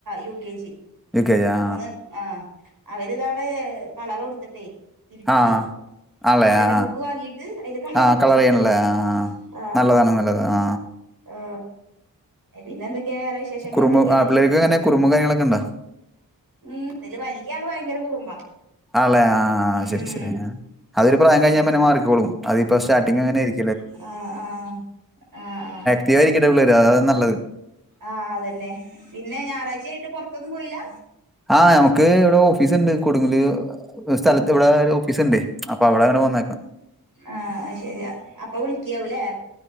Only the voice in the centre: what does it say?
U K G ആ
ആ ആളെ
ആ
ആ
ചെയ്യണല്ലേ ആ
നല്ലതാണ് നല്ലത് ആ
കുറുമ്പും
ആ പിള്ളേർക്ക് അങ്ങനെ കുറുമ്പും കാര്യങ്ങളൊക്കെ ഉണ്ടോ?
ആല്ലെ, ആ ആ
ശരി അതൊരു പ്രായം കഴിഞ്ഞാ മാറിക്കോളും, അതിപ്പോ സ്റ്റാർട്ടിങ് അങ്ങനെരിക്കും.
' <unintelligible> ' ആയിരിക്കട്ടെ പിള്ളേര് അതാ നല്ലത്.
ആഹ് നമ്മുക്ക് ഇവിടെ ഓ ഓഫീസ്ണ്ട് കൊടുങ്ങല് സ്ഥലത്ത് ഇവിടെ ഒരു ഓഫീസ് ഉണ്ട്. അപ്പൊ അവിടെ അങ്ങനെ വന്നേക്ക.